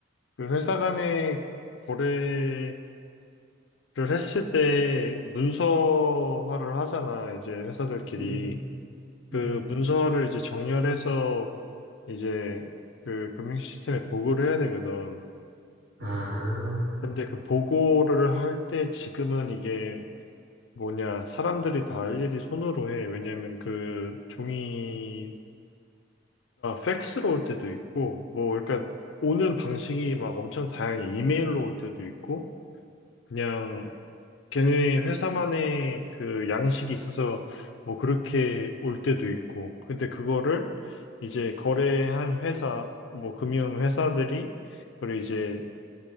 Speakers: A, on the left; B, on the right.
A: 그 회사 간의 거래를 했을 때 문서화를 하잖아, 이제 회사들끼리.
B: 음,
A: 그
B: 음.
A: 문서화를 이제 정렬해서 이제 그 금융 시스템에 보고를 해야 되거든.
B: 아,
A: 근데 그 보고를 할 때 지금은 이게 뭐냐, 사람들이 다 일일이 손으로 해. 왜냐면 그 종이가 팩스로 올 때도 있고, 뭐, 그러니까 오는 방식이 막 엄청 다양해. 이메일로 올 때도 있고, 그냥 걔네 회사만의 그 양식이 있어서 뭐 그렇게 올 때도 있고. 근데 그거를 이제 거래한 회사, 뭐 금융 회사들이 그걸 이제